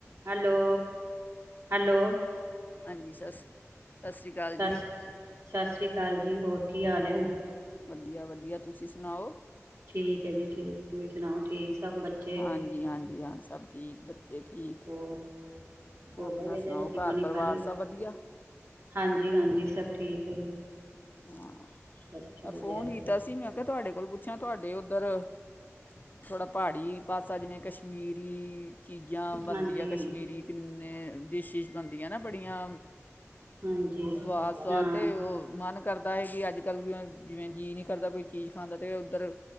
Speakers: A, on the right (about 65°); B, on the left (about 35°).
A: ਹੈਲੋ ਹੈਲੋ
B: ਹਾਂਜੀ ਸ ਸਤਿ ਸ਼੍ਰੀ ਅਕਾਲ
A: ਸਤਿ
B: ਜੀ।
A: ਸ਼੍ਰੀ ਸਤਿ ਸ਼੍ਰੀ ਅਕਾਲ ਜੀ ਹੋਰ ਕੀ ਹਾਲ ਏ?
B: ਵਧੀਆ ਵਧੀਆ ਤੁਸੀਂ ਸੁਣਾਓ।
A: ਠੀਕ ਹੈ ਜੀ ਠੀਕ ਤੁਸੀਂ ਸੁਣਾਓ ਠੀਕ ਸਭ ਬੱਚੇ
B: ਹਾਂਜੀ ਹਾਂਜੀ ਹਾਂ ਸਭ ਠੀਕ ਬੱਚੇ ਠੀਕ
A: ਹੋਰ ਹੋ
B: ਆਪਣਾ
A: ਗਏ ਵੇਲੇ
B: ਸੁਣਾਓ
A: ਰੋਟੀ
B: ਘਰ
A: ਪਾਣੀ
B: ਪਰਿਵਾਰ
A: ਖਾਲੀ
B: ਸਭ ਵਧੀਆ
A: ਹਾਂਜੀ--ਹਾਂਜੀ। ਸਭ ਠੀਕ ਹੈ।
B: ਹਾਂ
A: ਬਸ ਚੱਲ
B: ਮੈਂ ਫੋਨ
A: ਰਿਹਾ
B: ਕੀਤਾ ਸੀ ਮੈਂ ਕਿਹਾ ਤੁਹਾਡੇ ਕੋਲ ਪੁੱਛਾ ਤੁਹਾਡੇ ਨਹੀ ਉਧਰ ਥੋੜਾ ਪਾੜੀ ਪਾਸਾ ਜਿਵੇਂ ਕਸ਼ਮੀਰੀ ਚੀਜ਼ਾਂ ਬਣਦੀਆਂ
A: ਹਾਂਜੀ
B: ਕਸ਼ਮੀਰੀ ਕਿਨੇ ਡੀਸੀਸ਼ ਬਣਦੀਆਂ ਨਾ ਬੜੀਆਂ।
A: ਹਾਂਜੀ
B: ਸੁਵਾਦ-ਸੁਵਾਦ
A: ਹਾਂ
B: ਤੇ ਉਹ ਮਨ ਪਤਾ ਹੈ ਕਿ ਅੱਜ ਕੱਲ੍ਹ ਜਿਵੇਂ ਜਿਵੇਂ ਜੀਅ ਨਹੀਂ ਕਰਦਾ ਕੋਈ ਚੀਜ਼ ਖਾਂਦਾ ਤਾਂ ਉੱਧਰ